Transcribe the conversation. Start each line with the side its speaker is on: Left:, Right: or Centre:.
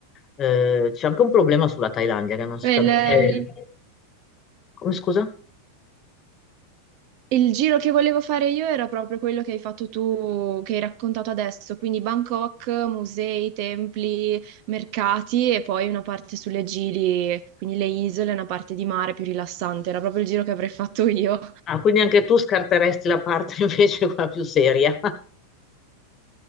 Left: Eh, c'è anche un problema sulla Thailandia che non si
Right: Beh,
Left: capisce.
Right: Il, il-
Left: Come scusa?
Right: il giro che volevo fare io era proprio quello che hai fatto tu, che hai raccontato adesso, quindi Bangkok, musei, templi, mercati e poi una parte sulle Gili, quindi le isole, una parte di mare più rilassante. Era proprio il giro che avrei fatto io.
Left: Ah, quindi anche tu scarteresti la parte <laughs> invece quella più seria.